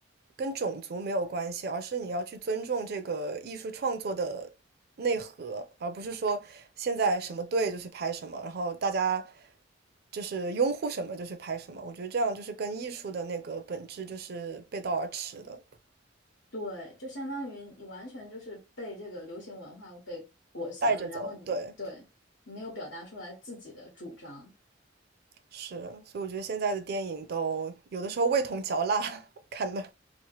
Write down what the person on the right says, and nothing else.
跟种族没有关系，而是你要去尊重这个艺术创作的内核，而不是说现在什么对就去拍什么，然后大家就是拥护什么就去拍什么。我觉得这样就是跟艺术的那个本质就是背道而驰的，
带着走。
对，是，所以我觉得现在的电影都有的时候味同嚼蜡 <laughs>，看的。